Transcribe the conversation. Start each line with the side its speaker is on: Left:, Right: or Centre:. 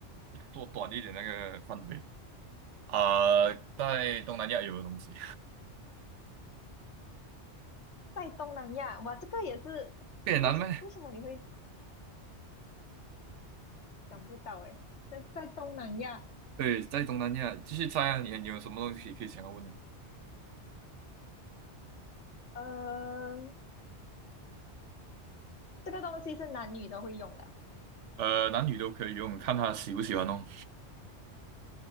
Right: 做短一点那个范围啊，在东南亚有的东西，
Left: 在东南亚，哇，这个也是，
Right: 越南咩？
Left: 为什为什么你会想不到诶？在在东南亚，
Right: 对，在东南亚继续猜啊，你你有什么东西可以想要问的？
Left: 呃，这个东西是男女都会用的啊，
Right: 呃，男女都可以用，看他喜不喜欢哦。